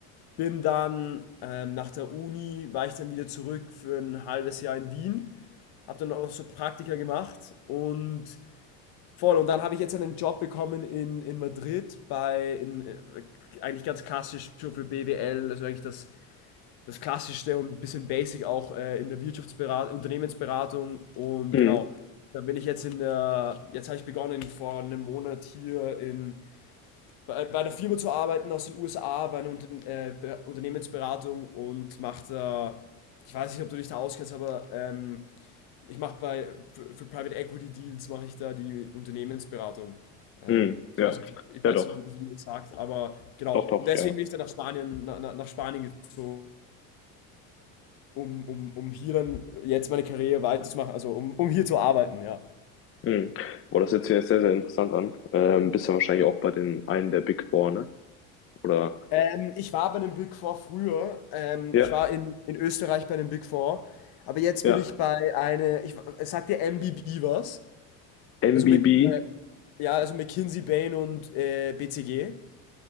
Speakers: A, on the left; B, on the left.
A: bin dann ähm, nach der Uni, war ich dann wieder zurück für ein halbes Jahr in Wien, habe dann auch noch so Praktika gemacht und Voll, und dann habe ich jetzt einen Job bekommen in, in Madrid bei, in, äh, eigentlich ganz klassisch so für BWL, also eigentlich das, das Klassischste und ein bisschen basic auch äh, in der Wirtschaftsberatung, Unternehmensberatung und
B: Mhm.
A: genau, dann bin ich jetzt in der, jetzt habe ich begonnen vor einem Monat hier in, bei, bei einer Firma zu arbeiten aus den USA, bei einer Unter äh, Be- Unternehmensberatung und mache da, ich weiß nicht, ob du dich da auskennst, aber ähm, ich mache bei für, für Private Equity Deals mache ich da die Unternehmensberatung. Ähm,
B: Mhm.
A: ich
B: Ja,
A: weiß, nicht- ich
B: ja
A: weiß
B: doch.
A: nicht, wie du das sagst, aber genau.
B: Doch, doch,
A: Und deswegen
B: ja.
A: bin ich dann nach Spanien, nach, nach Spanien gezogen, um, um, um hier dann jetzt meine Karriere weiterzumachen, also um, um hier zu arbeiten, ja.
B: Mhm. Boah, das hört sich jetzt sehr, sehr interessant an. Ähm, bist ja wahrscheinlich auch bei den einen der Big Four, ne? Oder?
A: Ähm, ich war bei einem Big Four früher. Ähm,
B: Ja,
A: ich war in, in Österreich bei einem Big Four. Aber jetzt
B: ja.
A: bin ich bei einer, ich, es sagt dir MBB was?
B: MBB
A: Also mit, äh, ja, also McKinsey, Bain und äh, BCG.